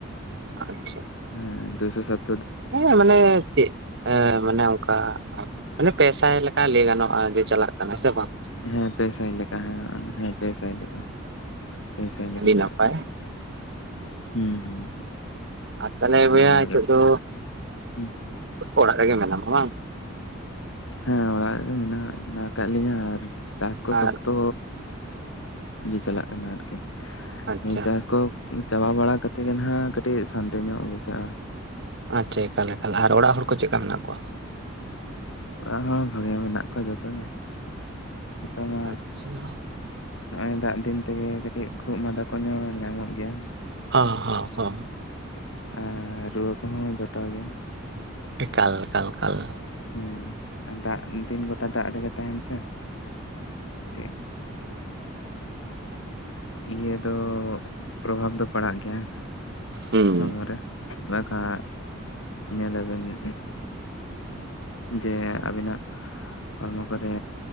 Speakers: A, on the right; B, on the left.
A: ᱟᱪᱪᱷᱟ
B: ᱦᱮᱸ ᱫᱩᱥᱚ ᱥᱟᱛ᱾
A: ᱦᱮᱸ ᱢᱟᱱᱮ ᱪᱮᱫ ᱢᱟᱱᱮ ᱠᱟ ᱢᱟᱱᱮ ᱯᱮᱥᱟᱭ ᱞᱮᱠᱟ ᱞᱟᱹᱭ ᱜᱟᱱᱚᱜᱼᱟ ᱡᱮ ᱪᱟᱞᱟᱜ ᱠᱟᱱᱟ ᱥᱮ ᱵᱟᱝ᱾
B: ᱦᱮᱸ ᱯᱮ ᱥᱟᱭ ᱞᱮᱠᱟ ᱦᱮᱸ ᱟᱞᱮ ᱦᱮᱸ ᱯᱮ ᱥᱟᱭ ᱞᱮᱠᱟ᱾ ᱯᱮ ᱥᱟᱭ ᱞᱮᱠᱟ
A: ᱟᱹᱰᱤ
B: ᱪᱟᱞᱟᱜ
A: ᱱᱟᱯᱟᱭ᱾
B: ᱠᱟᱱᱟ ᱦᱩᱸ ᱦᱩᱸ
A: ᱟᱨ ᱛᱟᱦᱞᱮ
B: ᱟᱨ
A: ᱵᱚᱭᱦᱟ ᱱᱤᱛᱚᱜ ᱫᱚ
B: ᱦᱩᱸ,
A: ᱚᱲᱟᱜ ᱨᱮᱜᱮ ᱢᱮᱱᱟᱢᱟ ᱵᱟᱝ?
B: ᱦᱮᱸ ᱚᱲᱟᱜ ᱨᱮᱜᱮ ᱢᱮᱱᱟᱜ ᱢᱮᱱᱟᱜ ᱠᱟᱜ ᱞᱤᱧᱟᱹ ᱟᱨ ᱪᱟᱥ ᱠᱚ
A: ᱟᱨ
B: ᱥᱚᱠᱛᱚ ᱤᱭᱟᱹ ᱪᱟᱞᱟᱜ ᱠᱟᱱᱟ ᱟᱨᱠᱤ
A: ᱟᱪᱪᱷᱟ
B: ᱱᱤᱭᱟᱹ ᱪᱟᱥ ᱠᱚ ᱪᱟᱵᱟ ᱵᱟᱲᱟ ᱠᱟᱛᱮ ᱜᱮ ᱱᱟᱦᱟᱜ ᱠᱟᱹᱴᱤᱜ ᱥᱟᱱᱛᱤ ᱧᱚᱜ ᱵᱩᱡᱷᱟᱹᱜᱼᱟ᱾
A: ᱟᱪᱪᱷᱟ ᱮᱠᱟᱞ ᱮᱠᱟᱞ ᱟᱨ ᱚᱲᱟᱜ ᱦᱚᱲ ᱠᱚ ᱪᱮᱜᱠᱟ ᱢᱮᱱᱟᱜ ᱠᱚᱣᱟ?
B: ᱚᱲᱟᱜ ᱦᱚᱲ ᱵᱷᱟᱜᱮ ᱢᱮᱱᱟᱜ ᱠᱚᱣᱟ ᱡᱷᱚᱛᱚ ᱜᱮ ᱱᱤᱛᱚᱝ ᱢᱟ
A: ᱟᱪᱪᱷᱟ
B: ᱱᱚᱜᱼᱚᱭ ᱫᱟᱜ ᱫᱤᱱ ᱛᱮᱜᱮ ᱠᱟᱹᱴᱤᱡ ᱠᱷᱩᱜ ᱢᱟᱫᱟ ᱠᱚ ᱧᱚ ᱧᱟᱢᱚᱜ ᱜᱮᱭᱟ᱾
A: ᱦᱚᱸ ᱦᱚᱸ ᱦᱚ ᱾
B: ᱮᱸᱻ ᱨᱩᱣᱟᱹ ᱠᱚᱦᱚᱸ ᱡᱚᱴᱟᱣ ᱜᱮᱭᱟ ᱾
A: ᱮᱠᱟᱞ ᱠᱟᱞ ᱠᱟᱞ ᱾
B: ᱦᱩᱸ ᱟᱨ ᱫᱟᱜ ᱫᱤᱱ ᱜᱚᱴᱟ ᱫᱟᱜ ᱨᱮᱜᱮ ᱛᱟᱦᱮᱱ ᱥᱮ ᱠᱟᱹᱴᱤᱡ ᱾ ᱤᱭᱟᱹ ᱫᱚ ᱯᱨᱚᱵᱷᱟᱵᱽ ᱫᱚ ᱯᱟᱲᱟᱜ ᱜᱮᱭᱟ ᱦᱮᱸ ᱥᱮ?
A: ᱦᱩᱸ
B: ᱦᱚᱲᱢᱚ ᱨᱮ ᱵᱟᱠᱷᱟᱡ ᱧᱮᱞ ᱮ ᱵᱤᱱ ᱾ ᱡᱮ ᱟᱵᱤᱱᱟᱜ ᱦᱚᱲᱢᱚ ᱠᱚᱨᱮ